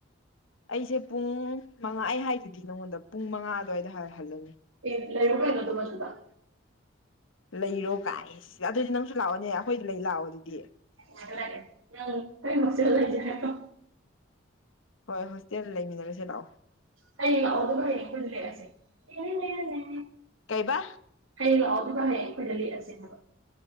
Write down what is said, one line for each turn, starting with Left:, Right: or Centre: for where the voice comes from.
Left: ꯑꯩꯁꯦ ꯄꯨꯡ ꯃꯉꯥ ꯑꯩ ꯍꯥꯏꯗꯨꯗꯤ ꯅꯪꯉꯣꯟꯗ ꯄꯨꯡ ꯃꯉꯥ ꯑꯗꯨꯋꯥꯏꯗ ꯍꯥꯏ ꯍꯜꯂꯅꯤ
Right: ꯑꯦ ꯂꯩꯔꯣ ꯀꯩꯅꯣ ꯑꯗꯨꯝ ꯑ ꯗꯨꯗ
Left: ꯂꯩꯔꯣ ꯒꯥꯏꯁ ꯑꯗꯨꯗꯤ ꯅꯪꯁꯨ ꯂꯥꯛꯑꯣꯅꯦ ꯑꯩꯈꯣꯏꯗ ꯂꯩ ꯂꯥꯛꯑꯣ ꯑꯗꯨꯗꯤ
Right: ꯉꯛꯀꯦ ꯂꯥꯛꯒꯦ ꯅꯪ ꯍꯣꯁꯇꯦꯜ ꯂꯩꯖꯦ ꯍꯥꯏꯔꯣ
Left: ꯍꯣꯏ ꯍꯣꯁꯇꯦꯜ ꯂꯩꯃꯤꯟꯅꯔꯁꯤ ꯂꯥꯎ
Right: ꯍꯌꯦꯡ ꯂꯥꯛꯑꯣ ꯑꯗꯨꯒ ꯍ꯭ꯌꯦꯡ ꯑꯈꯣꯏꯗ ꯂꯦꯛꯑꯁꯦ ꯇꯦ ꯅꯦ ꯅꯦ
Left: ꯀꯩꯕꯥ
Right: ꯍꯌꯦꯡ ꯂꯥꯛꯑꯣ ꯑꯗꯨꯒ ꯍꯌꯦꯡ ꯑꯩꯈꯣꯏꯗ ꯂꯦꯛꯑꯁꯦ ꯍꯥꯏꯕ